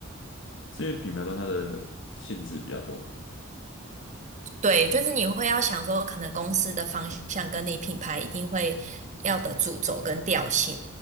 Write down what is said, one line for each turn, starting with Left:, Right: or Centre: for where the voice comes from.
Left: 是因为品牌端它的限制比较多嘛。
Right: 对，就是你会要想说，可能公司的方向跟你品牌一定会要的主轴跟调性，